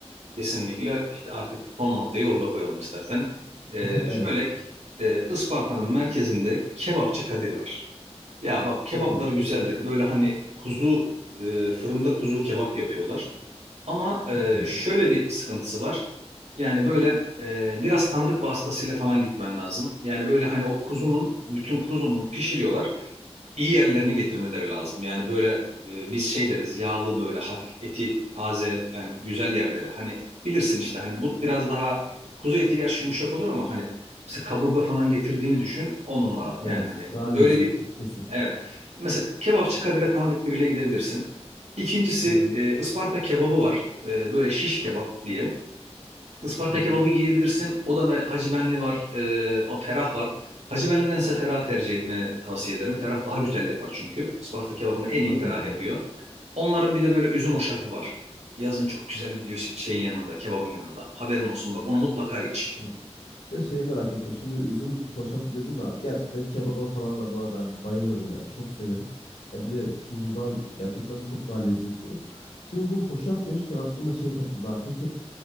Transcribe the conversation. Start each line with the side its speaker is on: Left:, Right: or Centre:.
Right: Kesinlikle işte artık son noktayı orada koyalım istersen. E,
Left: <laughs> Evet.
Right: şöyle e, Isparta'nın merkezinde kebapçı Kadir var. Ya bak kebapları
Left: Hmm,
Right: güzeldir. Böyle hani kuzu e, fırında kuzu kebap yapıyorlar. Ama
Left: çok
Right: e,
Left: güzel abi.
Right: şöyle bir sıkıntısı var. Yani böyle e, biraz tanıdık vasıtasıyla falan gitmen lazım. Yani böyle hani o kuzunun, bütün kuzunun pişiriyorlar. İyi yerlerini getirmeleri lazım. Yani böyle e, biz şey deriz yağlı böyle hafif eti taze yani güzel yerleri. Hani bilirsin işte hani
Left: Hı
Right: but
Left: hı.
Right: biraz daha kuzu eti gerçi yumuşak olur ama hani mesela kaburga falan getirdiğini düşün on numara. Yani
Left: Evet,
Right: hani
Left: daha
Right: böyle
Left: lezzetli
Right: bir
Left: kesinlikle.
Right: evet. Mesela kebapçı Kadir'e tanıdık biriyle gidebilirsin. İkincisi
Left: Hı hı,
Right: e, Isparta kebabı var. E, böyle şiş kebap diye. Isparta
Left: hı hı.
Right: kebabı yiyebilirsin. O da ve Hacı Benli var. E, o Ferah var. Hacı Benli'dense Ferah tercih etmeni tavsiye ederim. Ferah daha güzel yapar çünkü. Isparta kebabını en iyi
Left: Anladım
Right: Ferah yapıyor.
Left: abi.
Right: Onların bir de böyle üzüm hoşafı var. Yazın çok güzel gidiyor şeyin yanında, kebabın yanında. Haberin olsun bak onu mutlaka iç.
Left: Doğru. Ya şeyi merak ettim. Şimdi üzüm hoşafı dedin de abi. Gerçekten kebaba falan da bu arada hani bayılırım yani. Çok severim. Ya bir de kuzudan gerçekten çok daha lezzetli olur. Şimdi bu hoşaf demişken aklıma şey takıldı abi. Peki